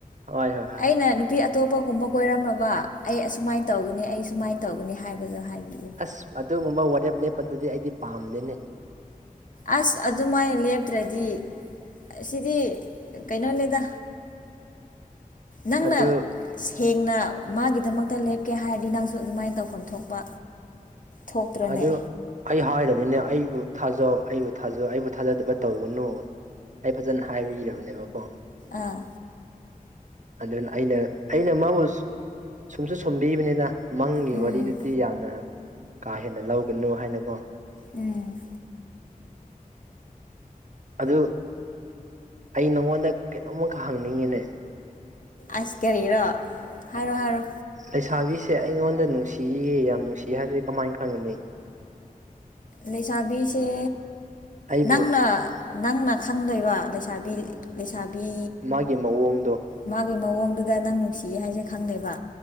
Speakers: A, on the right (about 55°); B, on the left (about 65°).
A: ꯍꯣꯏ ꯍꯣꯏ ꯍꯣꯏ
B: ꯑꯩꯅꯥ ꯅꯨꯄꯤ ꯑꯇꯣꯞꯄꯒꯨꯝꯕ ꯀꯣꯏꯔꯝꯃꯕ ꯑꯩ ꯑꯁꯨꯃꯥꯏꯅ ꯇꯧꯒꯅꯤ ꯑꯩ ꯁꯨꯃꯥꯏꯅ ꯇꯧꯒꯅꯤ ꯍꯥꯏꯕꯗꯨ ꯍꯥꯏꯕꯤꯌꯨ꯫
A: ꯑꯁ ꯑꯗꯨꯒꯨꯝꯕ ꯋꯥꯔꯦꯞ ꯂꯦꯞꯄꯗꯨꯗꯤ ꯑꯩꯗꯤ ꯄꯥꯝꯗꯦꯅꯦ꯫
B: ꯑꯁ ꯑꯗꯨꯃꯥꯏꯅ ꯂꯦꯞꯇ꯭ꯔꯗꯤ꯫ ꯁꯤꯗꯤ ꯀꯩꯅꯣꯅꯤꯗ ꯅꯪꯅ
A: ꯑꯗꯨ
B: ꯁꯦꯡꯅ ꯃꯥꯒꯤꯗꯃꯛꯇ ꯂꯦꯞꯀꯦ ꯍꯥꯏꯔꯗꯤ ꯅꯪꯁꯨ ꯑꯗꯨꯃꯥꯏꯅ ꯇꯧꯐꯝ ꯊꯣꯛꯄ ꯊꯣꯛꯇ꯭ꯔꯅꯦ
A: ꯑꯗꯨ ꯑꯩ ꯍꯥꯏꯔꯕꯅꯤꯅ ꯑꯩꯕꯨ ꯊꯥꯖꯧ ꯑꯩꯕꯨ ꯊꯥꯖꯧ ꯑꯩꯕꯨ ꯊꯥꯖꯗꯕ ꯇꯧꯒꯅꯨ ꯑꯩ ꯐꯖꯅ ꯍꯥꯏꯕꯤꯔꯕꯅꯦꯕꯀꯣ
B: ꯑꯥ
A: ꯑꯗꯨꯅ ꯑꯩꯅ ꯑꯩꯅ ꯃꯥꯕꯨ ꯁꯨꯝꯁꯨ ꯁꯨꯝꯕꯤꯕꯅꯤꯗꯥ ꯃꯪꯒꯤ
B: ꯎꯝ
A: ꯋꯥꯔꯤꯗꯨꯗꯤ ꯌꯥꯝꯅ ꯀꯥ ꯍꯦꯟꯅ ꯂꯧꯒꯥꯅꯨ ꯍꯥꯏꯅꯀꯣ
B: ꯎꯝ
A: ꯑꯗꯨ ꯑꯩ ꯅꯪꯉꯣꯟꯗꯥ ꯀꯩꯅꯣꯝꯃꯈꯥ ꯍꯪꯅꯤꯡꯉꯤꯅꯦ꯫
B: ꯑꯁ ꯀꯔꯤꯔꯣ ꯍꯥꯏꯔꯣ ꯍꯥꯏꯔꯣ
A: ꯂꯩꯁꯥꯕꯤꯁꯦ ꯑꯩꯉꯣꯟꯗ ꯅꯨꯡꯁꯤꯌꯦ ꯌꯥꯝ ꯅꯨꯡꯁꯤ ꯍꯥꯏꯕꯁꯦ ꯀꯃꯥꯏꯅ ꯈꯪꯒꯅꯤ꯫
B: ꯂꯩꯁꯥꯕꯤꯁꯦ
A: ꯑꯩꯕꯨ
B: ꯅꯪꯅ ꯅꯪꯅ ꯈꯟꯗꯣꯏꯕ ꯂꯩꯁꯥꯕꯤ ꯂꯩꯁꯥꯕꯤ
A: ꯃꯥꯒꯤ ꯃꯑꯣꯡꯗꯣ
B: ꯃꯥꯒꯤ ꯃꯑꯣꯡꯗꯨꯗꯥ ꯅꯪ ꯅꯨꯡꯁꯤꯌꯦ ꯍꯥꯏꯁꯦ ꯈꯪꯗꯦꯕ